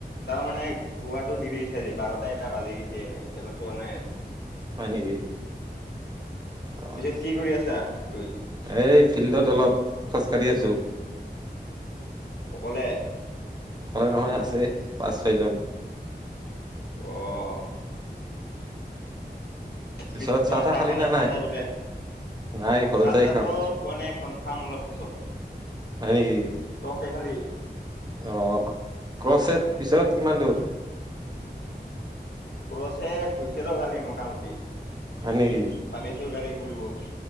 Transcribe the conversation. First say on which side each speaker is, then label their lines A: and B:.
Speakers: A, on the left; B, on the right.
A: তাৰমানে শুৱাটো দেৰি হৈছে আজি বাৰটা এটা বাজিছে এনে খেলা চোৱা নাই আৰু
B: হয় নেকি অ'
A: পিছে কি কৰি আছা তু
B: এই ফিল্ডত অলপ খোজকাঢ়ি আছো
A: অকলে
B: অকলে নহয় আছে পাঁচ ছয়জন।
A: অহ।
B: পিছত
A: পিছতো
B: তাহ
A: চাহ
B: খালি
A: পানী
B: নে
A: খোৱা নাই বোলে
B: নাই ঘৰত
A: চাহ
B: যাই
A: তাহতো
B: খাম।
A: খোৱা নাই এখন খাম অলপ পিছত।
B: হয় নেকি
A: তহঁতে খালি
B: অ ক্ৰচেট পিছত। কিমান দূৰ
A: ক্ৰচেট হৈছে ৰ কালি মোটামুটি
B: হয় নেকি?
A: পাৰিছো কালি কৰিব।